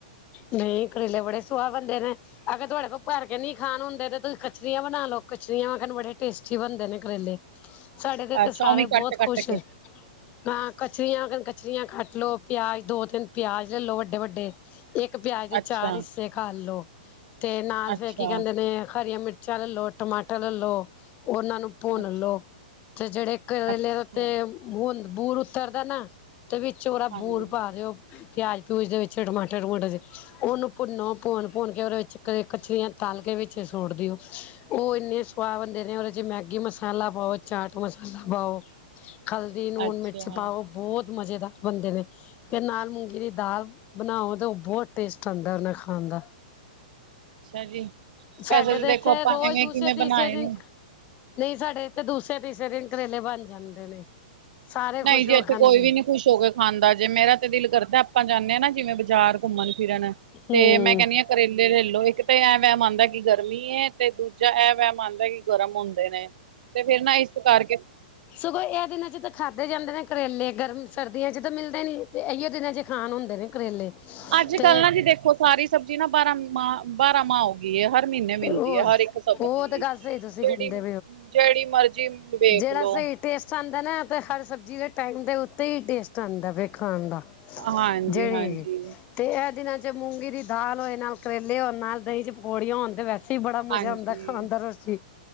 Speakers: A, on the left (about 30°); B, on the right (about 65°).
A: ਨਹੀਂ ਕਰੇਲੇ ਬੜੇ ਸੁਆਦ ਬਣਦੇ ਨੇ ਅਗਰ ਤੁਹਾਡੇ ਕੋਲ ਭਰ ਕੇ ਨਹੀਂ ਖਾਣ ਹੁੰਦੇ ਤੇ ਤੁਸੀਂ ਕਚਰੀਆਂ ਬਣਾ ਲਓ ਕਚਰੀਆਂ ਇਹਨੂੰ ਬੜੇ ਟੇਸਟੀ ਬਣਦੇ ਨੇ ਕਰੇਲੇ ਸਾਡੇ ਤੇ
B: ਅੱਛਾ
A: ਸਾਰੇ
B: ਉਵੇਂ ਕੱਟ-ਕੱਟ
A: ਬਹੁਤ ਖੁਸ਼
B: ਕੇ
A: ਹਾਂ ਕਚਰੀਆਂ ਕਚਰੀਆਂ ਕੱਟ ਲੋ ਪਿਆਜ ਦੋ ਤਿੰਨ ਪਿਆਜ ਲੈ ਲੋ ਵੱਡੇ ਵੱਡੇ ਇੱਕ ਪਿਆਜ
B: ਅੱਛਾ-ਅੱਛਾ,
A: ਦੇ ਚਾਰ ਹਿੱਸੇ ਖਾ ਲੋ ਤੇ ਨਾਲ
B: ਅੱਛਾ
A: ਫਿਰ ਕੀ ਕਹਿੰਦੇ ਨੇ ਹਰੀਆਂ ਮਿਰ ਚੱਲ ਲਓ ਟਮਾਟਰ ਲੈ ਲਓ ਉਨਾਂ ਨੂੰ ਭੁੰਨ
B: ਅੱਛਾ,
A: ਲਓ ਤੇ ਜਿਹੜੇ ਕਰੇਲੇ
B: ਅੱਛਾ,
A: ਦੇ ਉੱਤੇ ਬੂਰ ਬੂਰ ਉਤਰਦਾ ਨਾ ਤੇ ਵਿੱਚ ਉਹਰਾ
B: ਹਾਂਜੀ।
A: ਬੂਰ ਪਾ ਦਿਓ ਪਿਆਜ ਪਿਊਜ ਦੇ ਵਿੱਚ ਟਮਾਟਰ ਟਮੂਟਰ ਦੇ ਉਹਨੂੰ ਭੁੰਨੋ ਭੁੰਨ ਭੁੰਨ ਕੇ ਉਹਦੇ ਵਿੱਚ ਕਚਰੀਆਂ ਤਲ ਕੇ ਵਿੱਚ ਸੁੱਟ ਦਿਓ। ਉਹ ਇੰਨੇ ਸਵਾਦ ਬੰਨਦੇ ਨੇ ਉਹਦੇ ਚ ਮੈਗੀ ਮਸਾਲਾ ਪਾਓ ਚਾਟ ਮਸਾਲਾ ਪਾਓ ਹਲਦੀ
B: ਅੱਛਾ-ਅੱਛਾ
A: ਨੂਣ ਮਿਰਚ ਪਾਓ ਬਹੁਤ ਮਜ਼ੇਦਾਰ ਬਣਦੇ ਨੇ ਫਿਰ ਨਾਲ ਮੂੰਗੀ ਦੀ ਦਾਲ ਬਣਾਓ ਤਾਂ ਉਹ ਬਹੁਤ ਟੇਸਟ ਆਂਦਾ ਉਹਦੇ ਖਾਣ ਦਾ।
B: ਜੀ।
A: ਸਾਡੇ
B: ਵੈਸੇ ਤਾਂ
A: ਤੇ
B: ਦੇਖੋ
A: ਇੱਥੇ
B: ਆਪਾਂ
A: ਰੋਜ਼
B: ਐਵੇਂ
A: ਦੂਸਰੇ
B: ਕਿਵੇਂ
A: ਤੀਸਰੇ
B: ਬਣਾਏ
A: ਦਿਨ
B: ਨੇ
A: ਨਹੀਂ ਸਾਡੇ ਇੱਥੇ ਦੂਸਰੇ ਤੀਸਰੇ ਦਿਨ ਕਰੇਲੇ ਬਣ ਜਾਂਦੇ ਨੇ ਸਾਰੇ ਖੁਸ਼
B: ਨਹੀਂ ਜੀ
A: ਹੋ
B: ਇੱਥੇ
A: ਕੇ ਖਾਂਦੇ
B: ਕੋਈ ਵੀ ਨੀ ਖੁਸ਼ ਹੋ ਕੇ ਖਾਂਦਾ ਜੇ ਮੇਰਾ ਤੇ ਦਿਲ ਕਰਦਾ ਆਪਾਂ ਜਾਂਨੇ ਆ ਨਾ ਜਿਵੇਂ ਬਾਜ਼ਾਰ ਘੁੰਮਣ ਫਿਰਨ
A: ਹਮ
B: ਤੇ ਮੈਂ ਕਹਿਨੀ ਆ ਕਰੇਲੇ ਲੈਲੋ ਇੱਕ ਤੇ ਐ ਵੈਮ ਆਂਦਾ ਕਿ ਗਰਮੀ ਏ ਤੇ ਦੂਜਾ ਐ ਵੈਮ ਆਂਦਾ <unintelligible> ਗਰਮ ਹੁੰਦੇ ਨੇ ਤੇ ਫੇਰ ਨਾ ਇਸ ਕਰਕੇ
A: ਸਗੋ ਐ ਦਿਨਾਂ ਚ ਤਾ ਖਾਧੇ ਜਾਂਦੇ ਨੇ ਕਰੇਲੇ ਗਰਮ ਸਰਦੀਆ ਚ ਤਾ ਮਿਲਦੇ ਨੀ ਐਇਯੋ ਦਿਨਾ ਚ ਖਾਣ ਹੁੰਦੇ ਨੇ ਕਰੇਲੇ।
B: ਅੱਜ
A: ਤੇ
B: ਕੱਲ ਨਾ ਜੀ ਦੇਖੋ ਸਾਰੀ ਸਬਜ਼ੀ ਨਾ ਬਾਰਾ ਮਾ ਬਾਰਾ ਮਾ ਹੋ ਗੀ ਏ ਹਰ ਮੀਨੇ ਮਿਲਦੀ
A: ਉਹ
B: ਐ ਹਰ ਇੱਕ ਸਬਜ਼ੀ
A: ਉਹ ਤੇ ਗੱਲ ਸਹੀ ਤੁਸੀਂ
B: ਜੇੜੀ-ਜੇੜੀ
A: ਕਹਿੰਦੇ
B: ਮਰਜ਼ੀ ਵੇਖ
A: ੜਾ
B: ਲੋ
A: ਸਈ ਟੇਸਟ ਆਂਦਾ ਨਾ ਤੇ ਹਰ ਸਬਜ਼ੀ ਦੇ ਟਾਈਮ ਦੇ ਉੱਤੇ ਈ ਟੇਸਟ ਆਂਦਾ ਵੇ ਖਾਣ ਦਾ।
B: ਹਾਂਜੀ
A: ਜੇਹੜੀ
B: ਹਾਂਜੀ
A: ਜੀ ਤੇ ਐ ਦਿਨਾਂ ਚ ਮੂੰਗੀ ਦੀ ਦਾਲ ਹੋਏ ਨਾਲ ਕਰੇਲੇ ਹੋਣ ਨਾਲ ਦਈ ਚ ਪਕੌੜੀਆਂ ਹੋਣ ਤੇ ਵੈਸੇ ਸੱਚੀ ਬੜਾ ਮਜ਼ਾ
B: ਹਾਂਜੀ
A: ਆਂਦਾ ਖਾਣ ਦਾ ਰੋਚੀ।